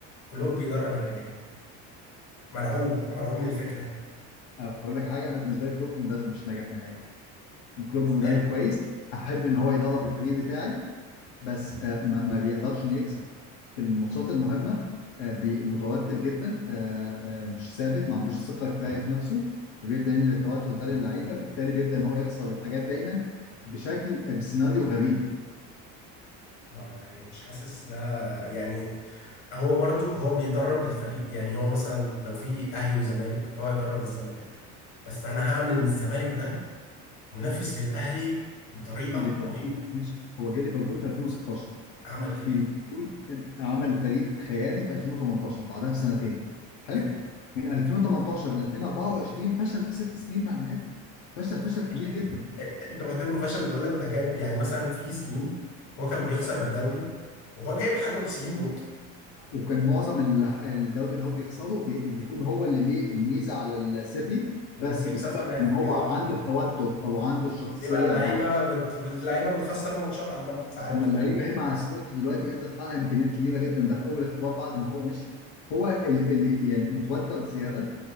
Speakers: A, on the left; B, on the left.
A: كلوب بيدرب الريال مرعوب مرعوب من الفكره
B: اقول لك حاجه انا بالنسبه لي كلوب مدرب مش ناجح نهائيا كلوب
A: ازاي
B: مدرب كويس احب ان هو يدرب الفريق بتاعي بس آه، ما ما بيقدرش انه يكسب في الماتشات المهمه آه، بي- متوتر جدا آه، آه، مش ثابت ما عندوش ثقه كفايه في نفسه فبيبدا ينقل التوتر ده للعيبه بالتالي بيبدا ان هو يخسر الحاجات دايما بشكل آه، بسيناريو غريب
A: ما- يعني مش حاسس ده يعني هو برضو هو بيدرب الفريق يعني هو مثلا لو في اهلي وزمالك فهو يدرب الزمالك بس انا هعمل من الزمالك ده منافس للاهلي بطريقه
B: ليفربول
A: رهيبه
B: ماشي هو جه ليفربول في 2016
A: عمل كده
B: في ليفربول آه، عمل فريق خيالي في 2018 بعدها بسنتين حلو
A: انت
B: من 2018 ل 2024 فشل في ست سنين مع النادي فشل فشل كبير
A: فشل
B: جدا
A: انت بعتبره فشل بقول لك ده جايب يعني مثلا في سنين هو كان بيخسر الدوري وهو جايب حاجه و90 نقطه
B: وكان معظم الح- الدوري اللي هو بيخسره بي- بيكون هو اللي ليه الميزه على السيتي بس
A: وبيخسر
B: بسبب
A: في الاخر
B: ان هو
A: بيقع في
B: عنده
A: الاخر
B: التوتر او عنده الشخصيه
A: بيبقى اللعيبه
B: الضعيفه
A: بت... اللعيبه بتخسر ماتشات عامه ساعات
B: طب ما اللعيبه هي مع سلوت دلوقتي قادره تحقق امكانيات كبيره جدا ده في اول اختبار بعد ما هو مشي هو اللي, اللي يعني متوتر زياده